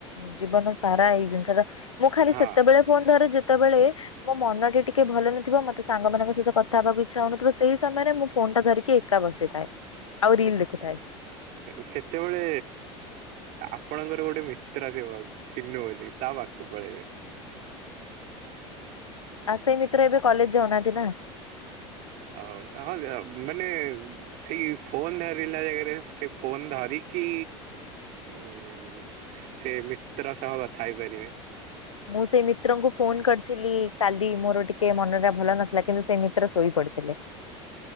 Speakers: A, on the left; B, on the right.
A: ଜୀବନ ସାରା ଏଇ ଜିନିଷଟା, ମୁଁ ଖାଲି
B: ହଁ
A: ସେତେବେଳେ ଫୋନ୍ ଧରେ ଯେତେବେଳେ ମୋ ମନଟା ଟିକେ ଭଲ ନଥିବ ମତେ ସାଙ୍ଗମାନଙ୍କ ସହିତ କଥା ହବାକୁ ଇ ଇଛା ହଉନଥିବ ସେଇ ସମୟରେ ମୁଁ ଫୋନଟା ଧରିକି ଏକା ବସିଥାଏ ଆଉ ରିଲ୍ ଦେଖୁଥାଏ।
B: ସେତେବେଳେ ଆପଣଙ୍କର ଗୋଟେ ମିତ୍ର ଥିବ ସିନୁ ବୋଲି ତା ପାଖକୁ ପଳେଇବେ।
A: ଆଉ ସେଇ ମିତ୍ର ଏବେ କଲେଜ ଯାଉନାହାନ୍ତି ନା।
B: ଆଉ ହଁ ଯା ମାନେ ସେଇ ଫୋନ ଧରିଲା ଜାଗାରେ ସେ ଫୋନ ଧରିକି ଉଁ-ଉଁ ସେ ମିତ୍ର ସହ କଥା ହେଇପାରିବେ।
A: ମୁଁ ସେଇ ମିତ୍ରଙ୍କୁ ଫୋନ୍ କରିଥିଲି କାଲି ମୋର ଟିକେ ମନଟା ଭଲ ନଥିଲା କିନ୍ତୁ ସେଇ ମିତ୍ର ଶୋଇ ପଡିଥିଲେ।